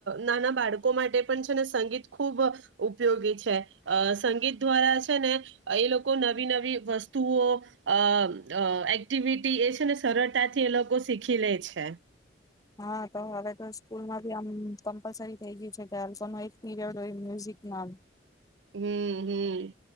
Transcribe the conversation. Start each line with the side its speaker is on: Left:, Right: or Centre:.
Right: નાના બાળકો માટે પણ છે ને, સંગીત ખૂબ ઉપયોગી છે. અ સંગીત દ્વારા છે ને, એ લોકો નવી-નવી વસ્તુઓ અ એક્ટિવિટી એ છે ને, સરળતાથી એ લોકો શીખી લે છે.
Left: હા, તો હવે તો સ્કૂલમાં બી આમ કમ્પલસરી થઈ ગયું છે, એક પીરિડ હોય મ્યુઝિકમાં.
Right: હમ હમ,